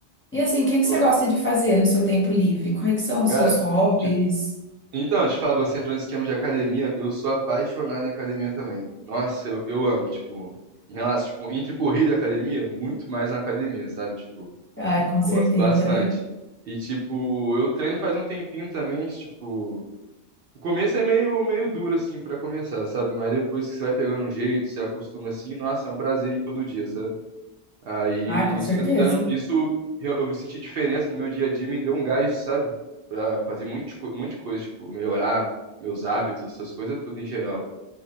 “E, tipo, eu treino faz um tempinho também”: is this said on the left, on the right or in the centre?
Right